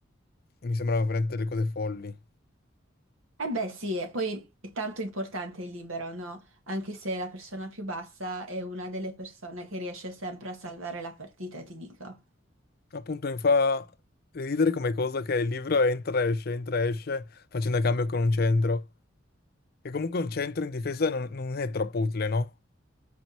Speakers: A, on the left; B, on the right.
A: Mi sembrano veramente delle cose folli.
B: Eh beh, sì, e poi è tanto importante il libero, no? Anche se la persona più bassa è una delle persone che riesce sempre a salvare la partita, ti dico.
A: Appunto, mi fa ridere come cosa che il libro entra e esce, entra e esce, facendo cambio con un centro. E comunque un centro in difesa non, non è troppo utile, no?